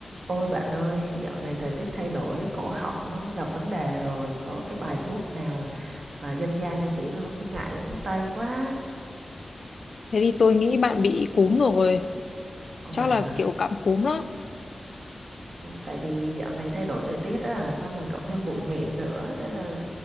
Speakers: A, on the right; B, on the left.
A: Ôi bạn ơi, dạo này thời tiết thay đổi, cổ họng nó gặp vấn đề rồi, có cái bài thuốc nào mà dân gian để chỉ tôi không chứ ngại uống thuốc tây quá.
B: Thế thì tôi nghĩ bạn bị cúm rồi,
A: Ồ
B: chắc
A: vậy
B: là
A: hả?
B: kiểu cảm cúm đó.
A: Tại vì dạo này thay đổi thời tiết á, xong rồi cộng thêm bụi mịn nữa, thế là